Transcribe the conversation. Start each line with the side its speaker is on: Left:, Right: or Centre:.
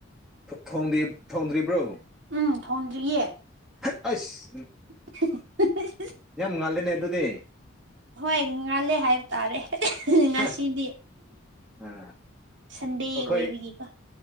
Centre: ꯊꯣꯡꯗ꯭ꯔꯤ ꯊꯣꯡꯗ꯭ꯔꯤꯕ꯭ꯔꯣ
Right: ꯎꯝ ꯊꯣꯡꯗ꯭ꯔꯤꯌꯦ
Centre: ꯑꯩꯁ
Right: <unintelligible>
Centre: ꯌꯥꯝ ꯉꯜꯂꯤꯅꯦ ꯑꯗꯨꯗꯤ
Right: ꯍꯣꯏ ꯏ ꯉꯂꯦ ꯍꯥꯏ ꯇꯥꯔꯦ <unintelligible> ꯉꯁꯤꯗꯤ
Centre: ꯍꯥ ꯑꯥ
Right: ꯁꯟꯗꯦ
Centre: ꯑꯩꯈꯣꯏ
Right: ꯑꯣꯏꯕꯒꯤꯀꯣ